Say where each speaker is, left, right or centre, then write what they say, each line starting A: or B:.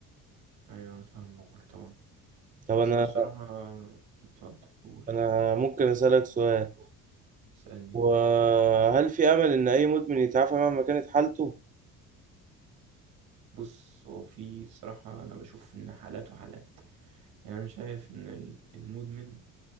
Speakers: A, on the right; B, on the right.
A: ايوه انا فاهمك طبعا
B: طب
A: بس
B: انا
A: هي الصراحة اتفضل قول
B: انا ممكن اسالك سؤال
A: اسألني
B: وهل في امل ان اي مدمن يتعافى مهما كانت حالته
A: بص هو في الصراحة انا بشوف ان حالات وحالات يعني انا شايف ان ال- المدمن